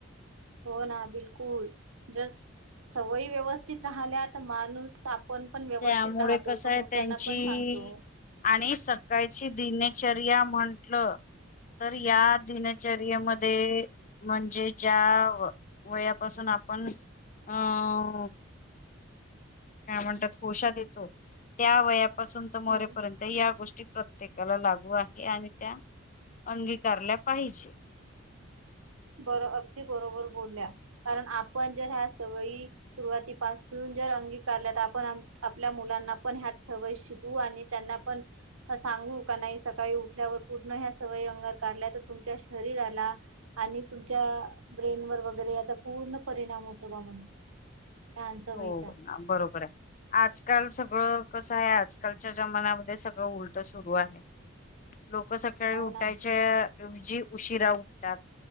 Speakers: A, on the right; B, on the left.
A: हो ना बिलकुल जर सवयी व्यवस्थित राहल्या तर माणूस. आपण पण व्यवस्थित
B: त्यामुळे
A: राहतो
B: कसं
A: समोच्यआना
B: आहे त्यांची
A: पण सांगतो.
B: आणि सकाळची दिनचर्या म्हटल. तर या दिनचर्येमध्ये. म्हणजे ज्या वयापासून आपण अं का म्हणतात कोशात येतो त्या वयापासून तर
A: हम्म.
B: मरेपर्यंत. या गोष्टी प्रत्येकाला लागू आहे, आणि त्या अंगीकारल्या पाहिजे.
A: बरो अगदी बरोबर बोलल्या, कारण आपण जर ह्या सवयी सुरुवातीपासून जर अंगीकारल्या तर आपण आपल्या मुलांना पण ह्यात सवयी शिकवू आणि त्यांना पण. सांगू का नाही, सकाळी उठल्यावर पूर्ण ह्या सवयी अंगरकारल्याय तर तुमच्या शरीराला आणि तुमच्या ब्रेन वर वगैरे, याचा पूर्ण परिणाम होतो बा म्हणून, छान सवयीचा
B: हो, ना बरोबर आहे. आजकाल सगळं कसं आहे, आजकालच्या जमान्यामध्ये सगळं उलट सुरू आहे. लोक सकाळी
A: हो
B: उठायच्याऐवजी,
A: ना
B: उशिरा उठतात.